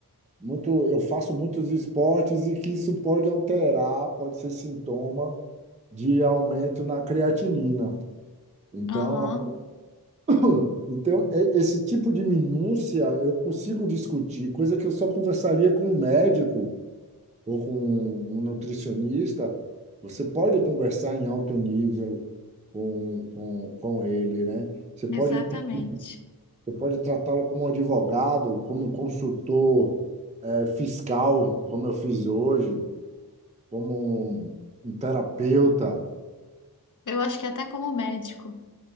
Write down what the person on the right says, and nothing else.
muito, eu faço muitos esportes e que isso pode alterar, pode ser sintoma de aumento na creatinina. Então,
a- <coughs> <clears throat> então, e- esse tipo de minúcia eu consigo discutir, coisa que eu só conversaria com o médico ou com um nutricionista, você pode conversar em alto nível com, com, com ele, né? Você pode,
você pode tratá-lo como um advogado, como um consultor, eh, fiscal, como eu fiz hoje, como um um terapeuta,